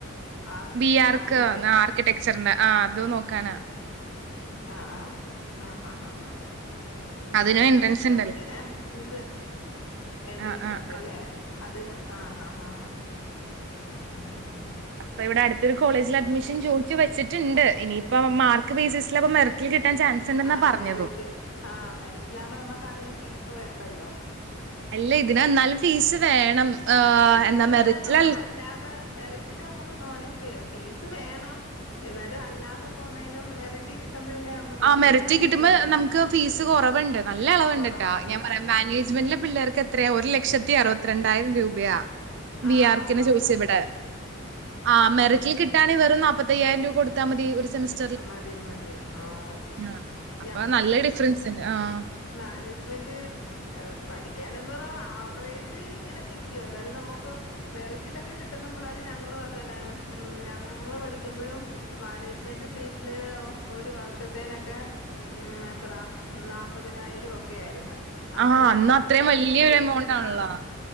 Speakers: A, on the left; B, on the right.
A: ആർക്ക്
B: ബി ആർക്ക്
A: ആർക്കിടെക്ട്
B: ആർ ടെക്സ്ചർന് ആഹ് അതും നോക്കാനാ
A: ആഹ് ആഹ ആഹ് ആഹ് ആഹ് ആഹ് ഉം
B: അതിനും
A: പഠിക്കാനെന്തോ
B: എൻട്രൻസ് ഉണ്ടല്ലോ
A: ഇങ്ങനെ ഇത് എൻട്രൻസ്
B: ആഹ് ആഹ്
A: ഉണ്ട്ല്ലേ
B: ആഹ്
A: അതിന് ആഹ് ആഹ് ഉംഉം
B: അപ്പൊ ഇവിടെ അടുത്തൊരു കോളേജിൽ അഡ്മിഷൻ ചോദി ച്ച് വച്ചിട്ടുണ്ട് ഇനിയിപ്പം മാർക്ക് ബേസസിൽ മെറിക്കി കിട്ടാൻ ചാൻസ് ഉണ്ടെന്നാ
A: ആഹ്
B: പറഞ്ഞതും
A: മെറിറ്റ് ആഹ് മെറിറ്റിലാവുമ്പോ നമുക്ക് അധികം ഫീസ് വേണ്ടല്ലോ
B: അല്ല ഇതിന് എന്നാലും ഫീസ് വേണം ആഹ്
A: ഫീസ്
B: എന്താ മെറിറ്റിൽ
A: വേണം നമ്മള് അല്ലാതെ മെറിറ്റില് നമുക്ക് തോനെ ഫീസ് വേണം എന്നാലും അല്ലാതെ പോുവുന്നേലും മെറിറ്റി കിട്ടുമ്പോഴല്ലേ നമ്മക്ക്
B: ആഹ്
A: ഇച്ചിരൂടെ
B: മെറിറ്റിൽ
A: നല്ലേ
B: കിട്ടുമ്പോ
A: അല്ലേ
B: നമുക്ക് ഫീസ് കുറവുണ്ട് നല്ല ഇളവുണ്ട്
A: കൊറവുണ്ടല്ലോ
B: ട്ടാ ഞാൻ പറയാ മാനേജ്മെന്റിലെ പിള്ളേർക്ക് എത്രയാ ഒരു ലക്ഷത്തി അറുപത്തി രണ്ടായിരം രൂപയാ ബി
A: ആഹ്
B: ആർക്കിന്
A: ഉവ്വ് അവ
B: ചോദിച്ചു
A: നമുക്ക്
B: ഇവിടെ ആഹ് മെറിറ്റിൽ കിട്ടാ വെറും നാൽപ്പത്തി അയ്യായിരം രൂപ കൊടുത്താൽ മതി ഒരു സെമിസ്റ്റർ
A: മതി മതി ആഹ്
B: ആഹ് അപ്പൊ
A: ഞങ്ങളും
B: നല്ല ഡിഫറൻസ് ഉണ്ട് ആഹ്
A: മാനേജ്മെന്റ് പഠിക്കാൻ എന്ത പറഞ്ഞ ആവറേജ് ഇങ്ങനെ നികും എന്നാലും നമുക്ക് മെറിറ്റിലൊക്കെ കിട്ടുന്ന പിള്ളോരു ഞങ്ങള് അതല്ലേ ഉം ഞങ്ങള് പഠിക്കുമ്പോഴും മാനേജ്മെന്റ് സീറ്റില് ഒരു വർഷത്തേനൊക്കെ ഉം എത്ര നാ നാൽ പ്പതിനായിരം ഒക്കെ ആയിരുന്നു ആ
B: ആഹ്
A: സമയത്ത്
B: അന്ന് അത്രയും
A: അലോട്ട്മെന്റ്
B: വലിയൊരു
A: വഴി
B: എമൗണ്ട് ആണല്ലോ
A: ആഹ്